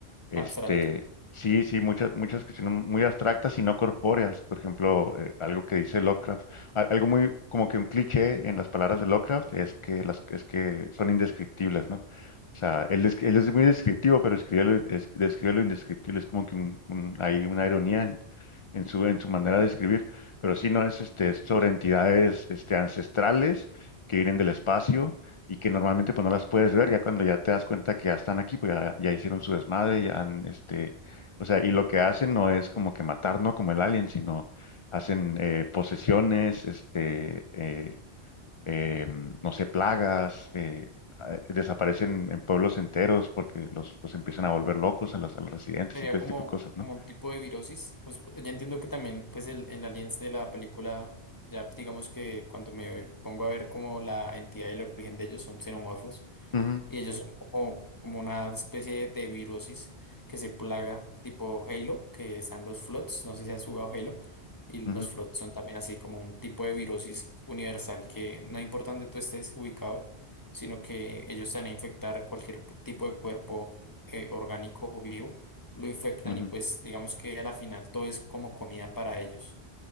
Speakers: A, on the left; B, on the left.
A: este,
B: abstracto.
A: sí, sí, muchas, muchas cuestiones muy abstractas y no corpóreas. Por ejemplo, eh, algo que dice Lovecraft, a- algo muy como que un cliché en las palabras de Lovecraft es que las, es que son indescriptibles, ¿no? O sea, él, es- él es muy descriptivo, pero escribe lo, es- describe lo indescriptible. Es como que un, un- hay una ironía en, en su, en su manera de escribir. Pero sí, no es, este, es sobre entidades, este, ancestrales que vienen del espacio y que normalmente pues no las puedes ver, ya cuando ya te das cuenta que ya están aquí, pues ya, ya hicieron su desmadre, ya han, este, o sea, y lo que hacen no es como que matar, no como el alien, sino hacen eh, posesiones, este, eh, eh, no sé, plagas, eh, a- desaparecen en pueblos enteros porque los, los empiezan a volver locos a los, a los residentes
B: Sería
A: y todo
B: como,
A: ese tipo de cosas, ¿no?
B: como un tipo de virosis. Pues ya entiendo que también, pues el, el Aliens de la película, ya digamos que cuando me pongo a ver como la entidad y el origen de ellos son xenomorfos.
A: Ujú,
B: Y ellos son como, como una especie de virosis que se plaga tipo Halo, que están los Floods, no sé si has jugado Halo, y
A: ujú,
B: los Floods son también así como un tipo de virosis universal que no importa dónde tú estés ubicado, sino que ellos te van a infectar cualquier pu- tipo de cuerpo eh, orgánico o vivo, lo infectan
A: ujú, ujú.
B: y pues digamos que a la final todo es como comida para ellos.